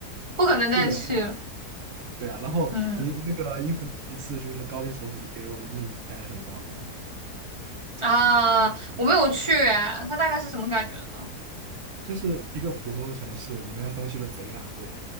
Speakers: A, on the right; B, on the right.
A: 不可能再去了。
B: 不可能再去。对啊，然后你那个英弗一次，
A: 嗯
B: 就是那高丽首府给我的印象也很糟糕。
A: 啊，我没有去哎，他大概是什么感觉呢？
B: 就是一个普通的城市，里面的东西都贼拉贵，